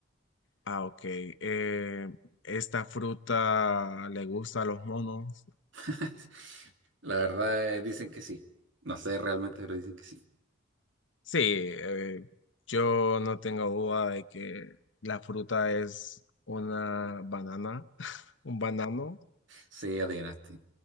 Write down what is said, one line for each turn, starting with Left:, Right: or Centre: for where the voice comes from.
Left: Ah, ok. Eh, ¿esta fruta le gusta a los monos?
Right: <laughs> La verdad, eh, dicen que sí. No sé realmente, pero dicen que sí.
Left: Sí, eh, yo no tengo duda de que la fruta es una banana, <laughs> un banano,
Right: Sí, adivinaste.